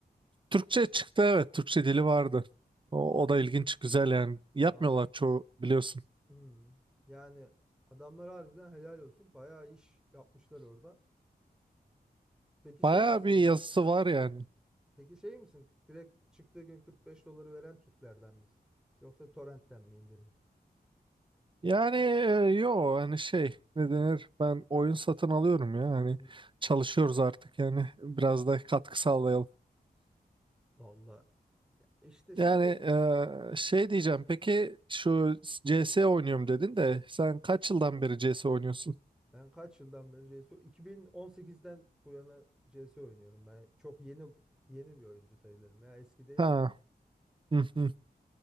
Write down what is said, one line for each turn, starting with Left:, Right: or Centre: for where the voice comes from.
Right: Türkçe çıktı evet Türkçe dili vardı. O,
Centre: Al,
Right: o da ilginç güzel yani. Yapmıyorlar
Centre: al.
Right: çoğu biliyorsun.
Centre: Hmm. Yani adamlar harbiden helal olsun. Bayağı iş yapmışlar orada. Peki
Right: Bayağı
Centre: şey misin
Right: bir
Centre: ya?
Right: yazısı var yani.
Centre: Peki şey misin? Direkt çıktığı gün 45 doları veren Türklerden misin? Yoksa torrentten mi indirdin?
Right: Yani e, yo hani şey ne denir ben oyun satın alıyorum ya hani
Centre: Hmm,
Right: çalışıyoruz artık yani biraz da katkı sağlayalım.
Centre: valla. Ya İşte şimdi
Right: Yani e, şey diyeceğim peki şu CS oynuyorum dedin de sen kaç yıldan beri CS oynuyorsun?
Centre: ben kaç yıldan beri CS:GO? 2018'den bu yana CS oynuyorum. Ben çok yeni yeni bir oyuncu sayılırım. Ya eski değilim
Right: Ha.
Centre: de.
Right: <laughs>